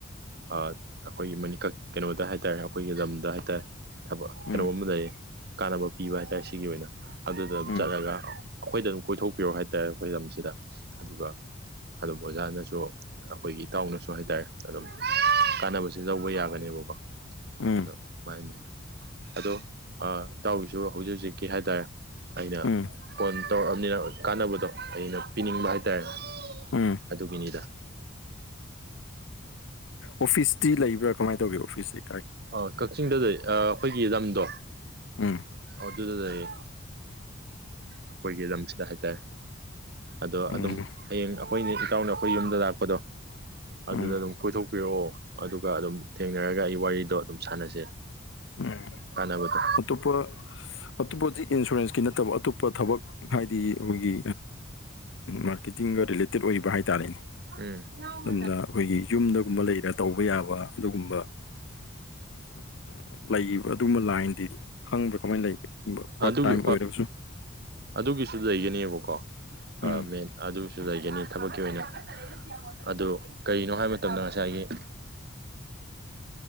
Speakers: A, on the right (about 50°); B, on the left (about 70°).
A: ꯑꯩꯈꯣꯏꯒꯤ ꯃꯅꯤꯀꯛ ꯀꯩꯅꯣꯗ ꯍꯥꯏ ꯇꯥꯔꯦ ꯑꯩꯈꯣꯏꯒꯤ ꯂꯝꯗ ꯍꯥꯏ ꯇꯔꯦ ꯊꯕꯛ
B: ꯎꯝ
A: ꯀꯩꯅꯣꯝꯃ ꯀꯥꯟꯅꯕ ꯄꯤꯕ ꯍꯥꯏꯇꯥꯔꯦ ꯁꯤꯒꯤ ꯑꯣꯏꯅ ꯑꯗꯨꯗ
B: ꯎꯝ
A: ꯆꯠꯂꯒ ꯑꯩꯈꯣꯏꯗ ꯑꯗꯨꯝ ꯀꯣꯏꯊꯣꯛꯄꯤꯔꯣꯑꯣ ꯍꯥꯏꯇꯥꯔꯦ ꯑꯩꯈꯣꯏ ꯂꯝꯁꯤꯗ ꯑꯗꯨꯒ ꯑꯗꯨꯝ ꯑꯣꯖꯥꯅꯁꯨ ꯑꯩꯈꯣꯏꯒꯤ ꯏꯇꯥꯎꯅꯁꯨ ꯍꯥꯏꯇꯥꯔꯦ ꯑꯗꯨꯝ ꯀꯥꯟꯅꯕꯁꯤ ꯂꯧꯕ ꯌꯥꯒꯅꯦꯕꯀꯣ
B: ꯎꯝ
A: ꯑꯗꯣ ꯁꯨꯃꯥꯏꯅ ꯂꯩ ꯑꯗꯣ ꯏꯇꯥꯎꯔꯤꯁꯨ ꯍꯧꯖꯤꯛ ꯍꯧꯖꯤꯛꯀꯤ ꯍꯥꯏꯇꯥꯔꯦ ꯑꯩꯅ
B: ꯎꯝ
A: ꯐꯣꯟ ꯇꯧꯔꯛꯑꯕꯅꯤꯅ ꯀꯥꯟꯅꯕꯗꯣ ꯑꯩꯅ ꯄꯤꯅꯤꯡꯕ ꯍꯥꯏꯇꯥꯔꯦ
B: ꯎꯝ
A: ꯑꯗꯨꯒꯤꯅꯤꯗ
B: ꯑꯣꯐꯤꯁꯇꯤ ꯂꯩꯕ꯭ꯔꯥ ꯀꯃꯥꯏꯅ ꯇꯧꯒꯦ ꯑꯣꯐꯤꯁꯁꯤꯦ
A: ꯑ ꯀꯛꯆꯤꯡꯗꯗꯤ ꯑꯩꯈꯣꯏꯒꯤ ꯂꯝꯗꯣ
B: ꯎꯝ
A: ꯑꯗꯨ ꯑꯗꯨ ꯑꯗꯨ ꯑꯗꯨꯦ ꯑꯩꯈꯣꯏꯒꯤ ꯂꯝꯁꯤꯗ ꯍꯥꯏꯇꯥꯔꯦ ꯑꯗꯣ
B: ꯎꯝ
A: ꯑꯗꯨꯝ ꯍꯌꯦꯡ ꯑꯩꯈꯣꯏꯅꯦ ꯏꯇꯥꯎꯅ ꯑꯩꯈꯣꯏ ꯌꯨꯝꯗ ꯂꯥꯛꯄꯗꯣ
B: ꯎꯝ
A: ꯑꯗꯨꯗ ꯑꯗꯨꯝ ꯀꯣꯏꯊꯣꯛꯄꯤꯔꯛꯑꯣ ꯑꯗꯨꯒ ꯑꯗꯨꯝ ꯊꯦꯡꯅꯔꯒ ꯑꯩ ꯋꯥꯔꯤꯗꯣ ꯑꯗꯨꯝ ꯁꯥꯟꯅꯁꯦ
B: ꯎꯝ
A: ꯀꯥꯟꯅꯕꯗꯣ
B: ꯃ ꯄꯨꯔ ꯑꯇꯞꯄ ꯍꯧꯖꯤꯛ ꯏꯟꯁꯨꯔꯦꯟꯁꯀꯤ ꯅꯠꯇꯕ ꯑꯇꯣꯞꯄ ꯊꯕꯛ ꯍꯥꯏꯗꯤ ꯑꯩꯈꯣꯏꯒꯤ ꯃꯥꯔꯀꯦꯇꯤꯡꯒ ꯔꯤꯂꯦꯇꯦꯠ ꯑꯣꯏꯕ ꯍꯥꯏꯇꯥꯔꯦꯅꯦ
A: ꯎꯝ ꯎꯝ
B: ꯑꯗꯨꯝꯅ ꯑꯩꯈꯣꯏꯒꯤ ꯌꯨꯝꯗꯒꯨꯝꯕ ꯂꯩꯔ ꯇꯧꯕ ꯌꯥꯕ <inaudible> ꯈꯪꯕ꯭ꯔꯥ ꯀꯃꯥꯏꯅ ꯂꯩꯒꯦ ꯄꯥꯔꯠ
A: ꯑꯗꯨꯒꯤ
B: ꯇꯥꯏꯝ ꯑꯣꯏꯔꯒꯁꯨ
A: ꯑꯗꯨꯒꯤꯁꯨ ꯂꯩꯒꯅꯦꯕꯀꯣ ꯑ
B: ꯎꯝ
A: ꯃ ꯑꯗꯨ ꯁꯨ ꯂꯩꯒꯅꯤ ꯊꯕꯛꯀꯤ ꯑꯣꯏꯅ ꯑꯗꯨ ꯀꯔꯤꯅꯣ ꯍꯥꯏꯕ ꯃꯇꯝꯗ ꯉꯁꯥꯏꯒꯤ <inaudible>